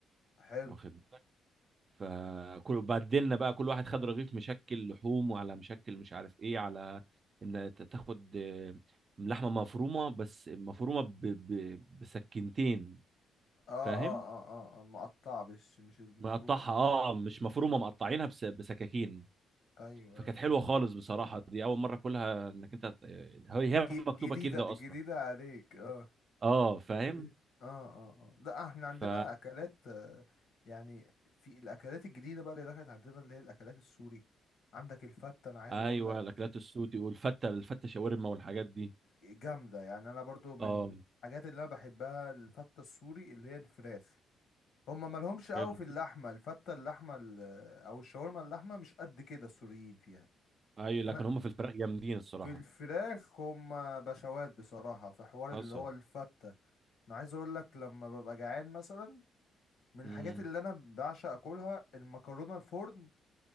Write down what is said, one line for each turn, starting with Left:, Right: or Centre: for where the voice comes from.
Left: حلو
Right: واخد بالك فكل بدلنا بقى كل واحد خد رغيف مشكل لحوم وعلى مشكل مش عارف ايه على ان ت- تاخد آه، لحمه مفرومه بس مفرومه ب... ب... بسكينتين
Left: اه اه
Right: فاهم
Left: اه اه آه، مقطع مش مش المفروض
Right: مقطعها
Left: آه.
Right: اه مش مفرومه مقطعينها بس... بسكاكين
Left: ايوه
Right: فكانت
Left: ايوه أيوة.
Right: حلوه خالص بصراحه دي اول مره كلها انك انت هي
Left: جي-
Right: هي مكتوبه
Left: جديدة
Right: كده
Left: جديدة
Right: اصلا
Left: عليك اه
Right: اه فاهم
Left: ب- اه اه اه لا احنا عندنا
Right: ف
Left: اكلات آه، يعني في الاكلات الجديده بقى اللي دخلت عندنا اللي هي الاكلات السوري عندك الفته انا عايز
Right: ايوه
Left: اقول لك
Right: الاكلات السوتي والفته الفته شاورما والحاجات دي
Left: جامده يعني انا برضو من
Right: اه
Left: الحاجات اللي انا بحبها الفته السوري اللي هي الفراخ هما مالهمش قوي
Right: حلو
Left: في اللحمه الفته اللحمه ال- او الشاورما اللحمه مش قد كده السوريين فيها
Right: ايوه لكن
Left: انا
Right: هم في الفراخ جامدين الصراحه
Left: في الفراخ هما بشوات بصراحه في حوار
Right: حصل
Left: اللي هو الفته انا عايز اقول لك لما ببقى جعان مثلا من الحاجات
Right: امم
Left: اللي انا بعشق اكلها المكرونه الفرن